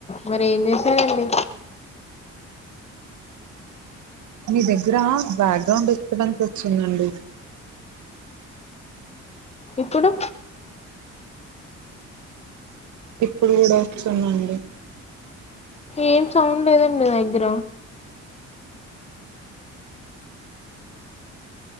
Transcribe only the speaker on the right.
మీ దగ్గర బ్యాక్గ్రౌండ్ డిస్టర్బెన్స్ వచ్చిందండి.
ఇప్పుడు కూడా వస్తున్నాండి